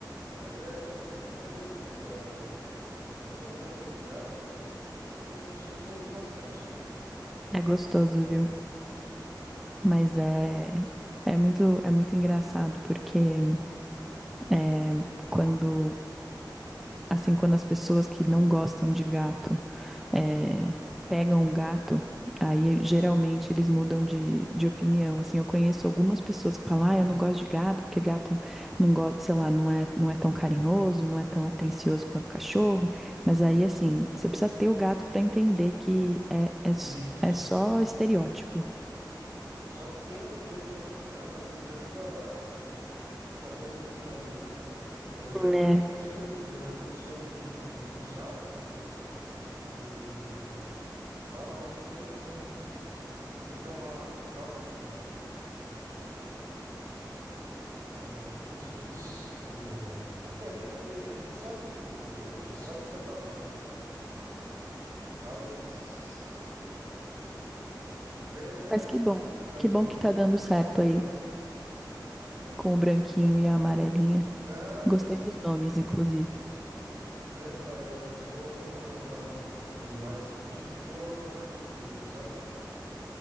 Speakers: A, on the right (about 40°); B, in the centre.
A: Mas é é uma belezinha. eu go- é, Pra quem nunca teve gato, pô, me surpreendi bastante.
B: É gostoso, viu? Mas é é muito é muito engraçado porque é, quando assim, quando as pessoas que não gostam de gato é, pegam um gato, aí geralmente eles mudam de, de opinião. Assim, eu conheço algumas pessoas que falam,
A: Sim,
B: ah, eu não gosto de gato, porque gato não gosta, sei lá, não é, não é tão carinhoso, não é tão atencioso quanto cachorro. Mas aí, assim, você precisa ter o gato para entender que é, é, s-
A: isso.
B: é só estereótipo.
A: Só tendo mesmo, só cuidando ali mesmo para para ter essa opinião mesmo, né? Mas eu já vi
B: É.
A: muito disso mesmo. eh, As pessoas hum, não sabem, né? E falam ali sem, sem, sem ter uma, como é que falam? É, como se diz? É, é, nunca teve, eles não sabem o, o que sabe o que está falando, né? Mas até
B: Mas que
A: daqui
B: bom,
A: a pouco também
B: que bom
A: eu
B: que
A: tenho
B: tá
A: que
B: dando
A: estar que
B: certo
A: tá tratando.
B: aí
A: Hum?
B: com o branquinho e a amarelinha.
A: Ah,
B: Gostei
A: sim.
B: dos nomes, inclusive.
A: É, então, é, eu sou ruim para colocar nome em animais, assim, <laughs> daí ficou a cor deles mesmo, sabe?